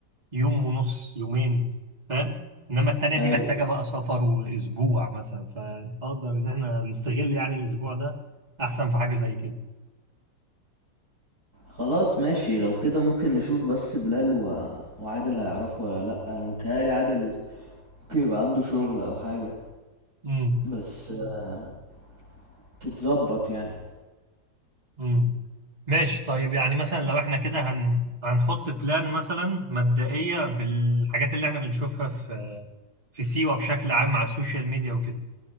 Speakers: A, on the right (about 20°); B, on the right (about 55°).
A: يوم ونص يومين فاهم انما التانية دي
B: ايوه
A: محتاجة بقى سفر واسبوع مثلا فاقدر ان احنا نستغل يعني الاسبوع ده احسن في حاجة زي كده
B: خلاص ماشي لو كده ممكن نشوف بس بلال و... وعادل هيعرفوا ولا لا انا متهيألي عادل ممكن يبقى عنده شغل او حاجه
A: امم
B: بس آه، تتظبط يعني
A: امم ماشي طيب يعني مثلا لو احنا كده هن... هنحط بلان مثلا مبدئية بالحاجات اللي احنا بنشوفها في في سيوة بشكل عام على السوشيال ميديا وكده